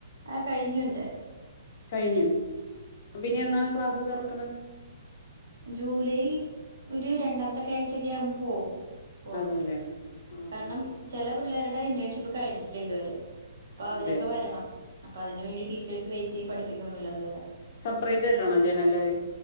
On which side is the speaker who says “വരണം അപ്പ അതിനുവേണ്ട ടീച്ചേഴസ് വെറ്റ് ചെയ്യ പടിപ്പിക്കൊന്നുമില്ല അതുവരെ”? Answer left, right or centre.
Right